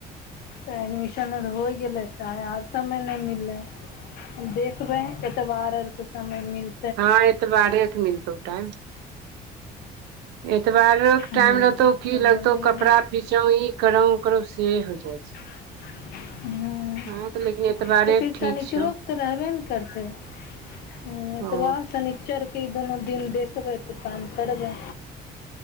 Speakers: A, on the left; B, on the right.
A: तऽ एडमिशन आर होइ गेलै तऽ आर समय नेई मिललै देखबै, एतबार आर के समय मिल
B: हँ एतबारेके मिलतौ टाइम एतबारो के
A: हँ
B: टाइम रहतौ की
A: तब
B: लगतौ
A: बनैबै
B: कपड़ा फीचो ई करो ओ करो से हो जाय छै
A: <inaudible> ह्म
B: हँ तऽ लेकिन एतबारे
A: तऽ फेर
B: ठीक
A: शनिचरोके
B: छौ
A: तऽ रहबे ने करतै हू एतबार
B: ओ
A: शनिचरके ई दुनू दिन देखबै तऽ काम करबै